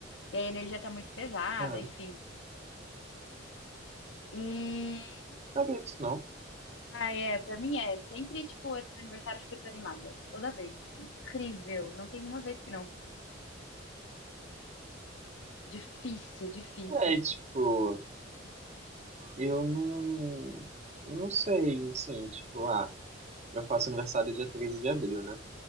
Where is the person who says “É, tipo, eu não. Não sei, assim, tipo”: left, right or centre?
Right